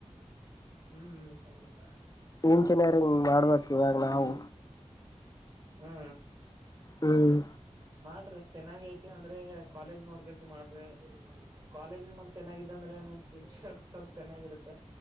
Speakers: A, on the right; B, on the left.
A: ಹ್ಮ್ ಎಷ್ಟಾಗಿದಪ್ಪ
B: ಇಂಜಿನಿಯರಿಂಗ್ ಮಾಡ್ಬೇಕು ಇವಾಗ ನಾವು
A: ಹಾ
B: ಹ್ಮ್
A: ಮಾಡ್ರಿ ಚೆನ್ನಾಗ ಐತಿ ಅಂದ್ರೆ ಕಾಲೇಜ್ ನೋಡ್ಬಿಟ್ಟು ಮಾಡ್ರಿ ಕಾಲೇಜ್ ನಿಮಂಗ ಚೆನ್ನಾಗಿದ್ದ ಅಂದ್ರೆ ನೀಮ್ ಫ್ಯೂಚರ್ ಸ್ವಲ್ಪ ಚೆನ್ನಾಗಿರುತ್ತೆ